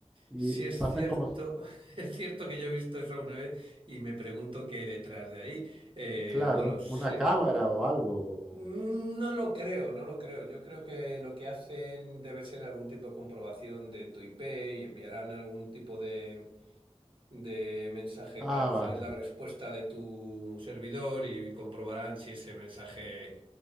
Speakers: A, in the centre; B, on the right (about 50°).
A: y
B: Si es
A: pasan
B: cierto,
A: como,
B: <laughs> es cierto que yo he visto eso alguna vez y me pregunto qué hay detrás de ahí, eh,
A: claro,
B: no lo sé.
A: una cámara o algo. o-
B: Mm, No lo creo, no lo creo. Yo creo que lo que hacen debe ser algún tipo de comprobación de tu IP y enviarán algún tipo de, de mensaje
A: Ah,
B: para recibir
A: vale,
B: la respuesta de tu servidor y comprobarán si ese mensaje